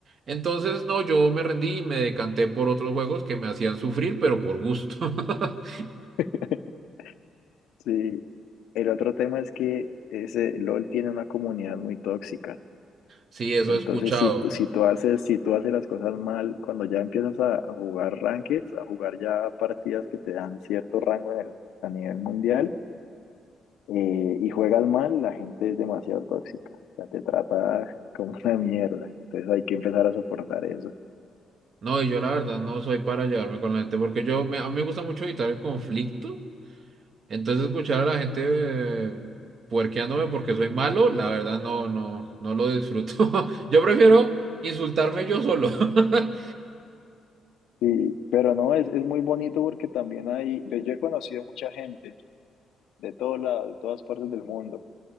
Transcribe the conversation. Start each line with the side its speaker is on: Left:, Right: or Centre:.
Right: Entonces, no, yo me rendí y me decanté por otros juegos que me hacían sufrir, pero por gusto. <laughs>
Left: <laughs> Sí. El otro tema es que ese LOL tiene una comunidad muy tóxica.
Right: Sí, eso
Left: Entonces,
Right: he escuchado.
Left: si, tú- si tú haces, si tú haces las cosas mal, cuando ya empiezas a, a jugar rankings, a jugar ya partidas que te dan cierto rango en el, a nivel mundial, eh, y juegas mal, la gente es demasiado tóxica. Ya te trata <laughs> como una mierda. Entonces hay que empezar a soportar eso.
Right: No, y yo la verdad no soy para llevarme con la gente, porque yo me, a mí me gusta mucho evitar el conflicto. Entonces, escuchar a la gente eh, puerqueándome porque soy malo, la verdad no, no, no lo disfruto. <laughs> Yo prefiero insultarme yo solo. <laughs>
Left: Sí, pero no, es, es muy bonito porque también hay, pues yo he conocido mucha gente de todo lado, de todas partes del mundo.